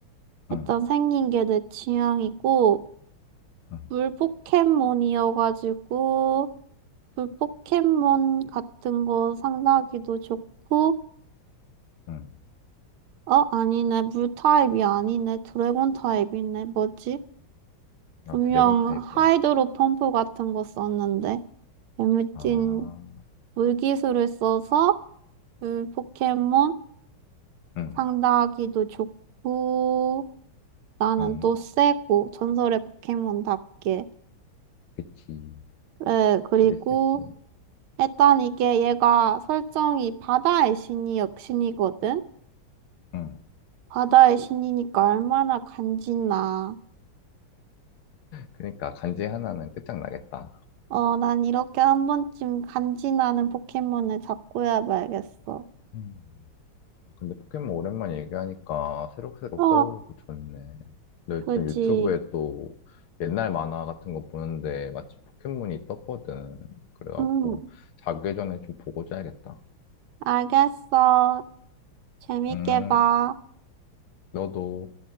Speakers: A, on the right; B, on the left.
A: 일단
B: 응,
A: 생긴 게 내 취향이고,
B: 응,
A: 물 포켓몬이어가지고, 물 포켓몬 같은 거 상다기도 좋고,
B: 응.
A: 어, 아니네. 물 타입이 아니네. 드래곤 타입이네. 뭐지? 분명
B: 아, 드래곤 타입이야?
A: 하이드로 펌프 같은 거 썼는데. 재밌진
B: 아,
A: 물기술을 써서 그 포켓몬
B: 응,
A: 상대하기도 좋고 나는
B: 응.
A: 또 세고 전설의 포켓몬답게
B: 그치.
A: 그래 그리고
B: 확실히 세지.
A: 일단 이게 얘가 설정이 바다의 신이 역신이거든
B: 응.
A: 바다의 신이니까 얼마나 간지나
B: 그러니까 간지 하나는 끝장나겠다.
A: 어 난 이렇게 한 번쯤 간지나는 포켓몬을 잡고 해봐야겠어
B: 음. 아, 근데 포켓몬 오랜만에 얘기하니까 새록새록
A: 어
B: 떠오르고 좋네. 나 요즘
A: 그지
B: 유튜브에 또 옛날 만화 같은 거 보는데 마침 포켓몬이 떴거든. 그래갖고
A: 응
B: 자기 전에 좀 보고 자야겠다.
A: 알겠어 재밌게
B: 음,
A: 봐
B: 너도.